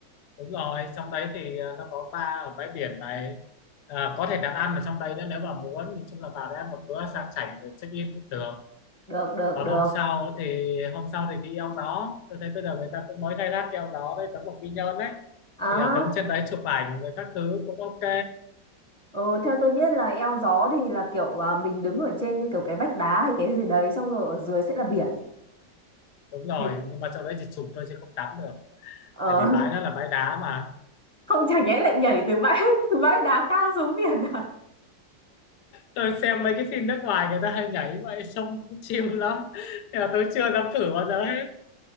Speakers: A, on the left (about 70°); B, in the centre.
A: đúng rồi trong đấy thì à, nó có bar ở bãi biển này à, có thể đặt ăn ở trong đấy nữa nếu mà muốn nhìn chung là vào đấy ăn một bữa sang chảnh rồi check in cũng được
B: được được
A: còn
B: được
A: hôm sau thì hôm sau thì đi eo gió tôi thấy bây giờ người ta cũng mới khai thác cái eo gió đấy giống một quy nhơn đấy
B: à
A: thì à, đứng trên đấy chụp ảnh rồi các thứ cũng ok
B: ừ, theo tôi biết là eo gió thì là kiểu à, mình đứng ở trên như kiểu cái vách đá hay cái gì đấy xong rồi ở dưới sẽ là biển
A: đúng rồi
B: thế
A: nhưng mà trong đấy chỉ chụp thôi chứ không tắm được
B: ờ,
A: tại vì bãi nó là bãi đá mà
B: <laughs> không chẳng nhẽ lại nhảy từ bãi <laughs> từ bãi đá cao xuống biển à
A: tôi xem mấy cái phim nước ngoài người ta hay nhảy vậy sông cũng chill lắm nhưng mà tôi chưa dám thử bao giờ hết